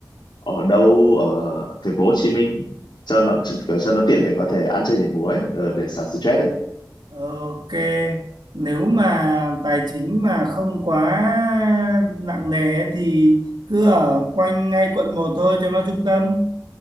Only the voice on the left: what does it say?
ở đâu ở thành phố Hồ Chí Minh cho nó kiểu cho nó tiện để có thể ăn chơi nhảy múa ấy ờ, để xả stress ấy